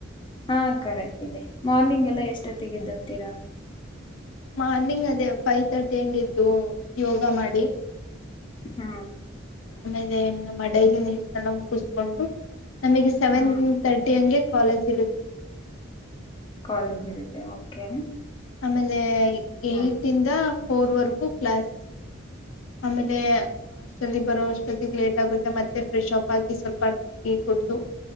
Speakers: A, on the left; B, on the left.
A: ಹಾ ಕರೆಕ್ಟ್ ಇದೆ ಮಾರ್ನಿಂಗ್ ಎಲ್ಲ ಎಷ್ಟೊತಿಗಿಧೆ ತಿರ
B: ಮಾರ್ನಿಂಗ್ ಅದೇ ಫೈವ್ ತರ್ಟಿ ಹಾಂಗ್ ಎದ್ದು ಯೋಗ ಮಾಡಿ..
A: ಹಾ
B: ಆಮೇಲೆ ನಮ್ಮ ಡೈಲಿ ನೀಡ್ಸ್ ಎಲ್ಲ ಮುಗಿಸಕೊಂಡು ನಮಗೆ ಸೆವೆನ್
A: ಹಾ
B: ತರ್ಟಿ ಹಂಗೆ.. ಕಾಲೇಜ್ ಇರುತ್ತೆ
A: ಕಾಲೇಜ ಇರು.. ಯ ಓಕೆ
B: ಅಮೇಲೆ ಏತ್
A: ಹಾ
B: ಇಂದ ಫೋರ್ ವರ್ಗು ಕ್ಲಾಸ್ ಅಮೇಲೆ ಹಾಸ್ಟಲ್ಲಿಗ್ ಬರೋ ಅಷ್ಟೊತ್ತಿಗೆ ಲೇಟ್ ಆಗುತ್ತೆ ಮತ್ತೆ ಫ್ರೆಶ್ ಅಪ್ ಆಗಿ ಸ್ವಲ್ಪ ಟಿ ಗಿ ಕುಡ್ದು